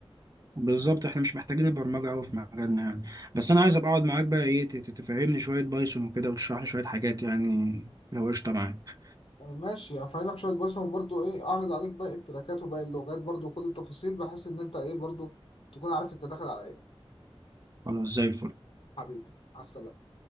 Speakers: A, on the right (about 35°); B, on the left (about 75°).
A: بالظبط احنا مش محتاجين البرمجة قوي في مجالنا يعني بس انا عايز ابقى اقعد معاك بقى ايه تت- تفهمني شوية بايثون وكده وتشرح لي شوية حاجات يعني لو قشطة معاك
B: آه، ماشي افهمك شويه بس وبرضه ايه اعرض عليك باقي التراكات وباقي اللغات برضه وكل التفاصيل بحيث ان انت ايه برضه تكون عارف انت داخل على ايه
A: خلاص زي الفل
B: حبيبي على السلامه